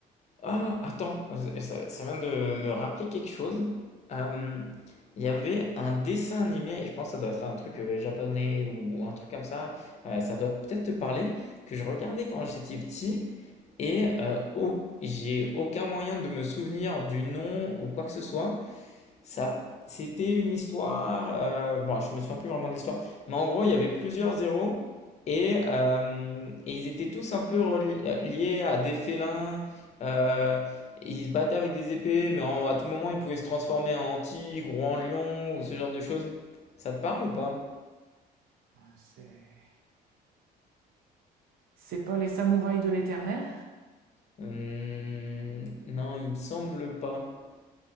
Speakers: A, on the left (about 40°); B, on the right (about 60°).
A: Ah, attends, ça, ça vient de me rappeler quelque chose. Euh, Il y avait un dessin animé, et je pense que ça doit être un truc euh, japonais ou un truc comme ça. euh, ça doit peut-être te parler, que je regardais quand j'étais petit, et euh, au- j'ai aucun moyen de me souvenir du nom ou quoi que ce soit. Ça, c'était une histoire. euh, bon, je me souviens plus vraiment de l'histoire. Mais en gros, il y avait plusieurs zéros. Et, euh, et ils étaient tous un peu reli- euh, liés à des félins. euh, et ils se battaient avec des épées. Mais en- à tout moment, ils pouvaient se transformer en tigre ou en lion ou ce genre de choses. Ça te parle ou pas?
B: C'est, c'est pas les samouraïs de l'éternel?
A: Hum, non, il me semble pas.